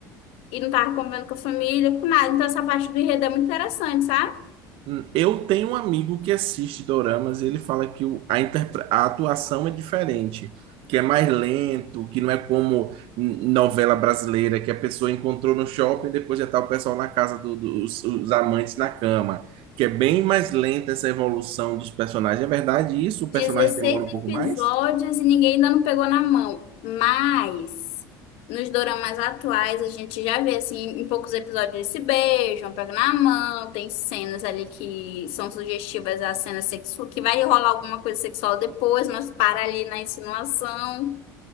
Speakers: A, on the left; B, on the right.
A: e não tava convivendo com a família, com nada. Então essa parte do enredo é muito interessante, sabe?
B: Hum, Eu tenho um amigo que assiste doramas e ele fala que o- a, interpre- a atuação é diferente, que é mais lento, que não é como hum, novela brasileira, que a pessoa encontrou no shopping e depois já tá o pessoal na casa do- dos os amantes na cama, que é bem mais lenta essa evolução dos personagens. É verdade isso?
A: dezesseis
B: O personagem demora um pouco
A: episódios
B: mais?
A: e ninguém ainda não pegou na mão. Mas nos doramas atuais a gente já vê assim, em poucos episódios eles se beijam, pegam na mão, tem cenas ali que são sugestivas à cena sexual, que vai rolar alguma coisa sexual depois, mas para ali na insinuação.